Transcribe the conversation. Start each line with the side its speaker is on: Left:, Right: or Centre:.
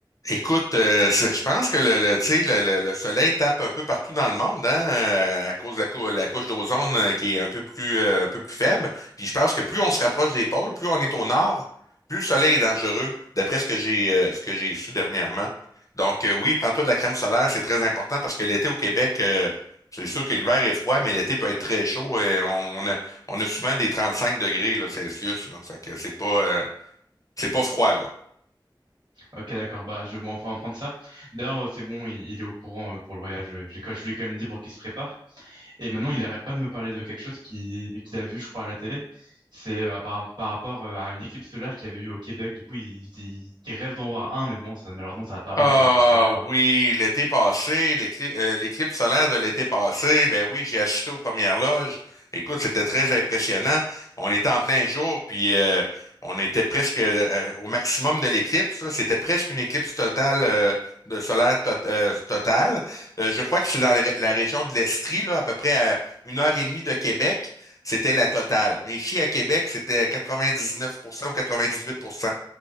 Left: Écoute, euh, c'est- je pense que le, le, tu sais, le, le- le soleil tape un peu partout dans le monde, hein, euh, à cause de la, cou- la couche d'ozone euh, qui est un peu plus, euh, un peu plus faible. Puis je pense que plus on se rapproche des pôles, plus on est au nord, plus le soleil est dangereux, d'après ce que j'ai euh, ce que j'ai su dernièrement. Donc euh, oui, prends-toi de la crème solaire, c'est très important parce que l'été au Québec, euh, c'est sûr que l'hiver est froid, mais l'été peut être très chaud. Et on, on a, on a souvent des 35 degrés là, Celsius. Là, fait que c'est pas, euh, c'est pas froid, là.
Right: Ok, d'accord. Bah, je vais en prendre ça. D'ailleurs, euh, c'est bon, il, il est au courant euh, pour le voyage. Euh, J'ai, quand- je lui ai quand même dit pour qu'il se prépare. Et maintenant, il arrête pas de me parler de quelque chose qui, qu'il a vu, je crois, à la télé. C'est euh, par, par rapport euh, à une éclipse solaire qu'il y avait eu au Québec. Du coup, il, il, il rêve d'en voir un, mais bon, ça, malheureusement, ça va pas arriver
Left: Ah
Right: pendant qu'on sera là, quoi.
Left: oui, l'été passé, l'éclipse euh, l'éclipse solaire de l'été passé, ben oui, j'ai assisté aux premières loges. Écoute, c'était très impressionnant. On était en plein jour, puis euh, on était presque euh, au maximum de l'éclipse. là. C'était presque une éclipse totale euh, de solaire tot- euh, totale. Euh, je crois que c'est dans la ré- la région de l'Estrie, là, à peu près à une heure et demie de Québec, c'était la totale. Mais ici à Québec, c'était 99% ou 98%.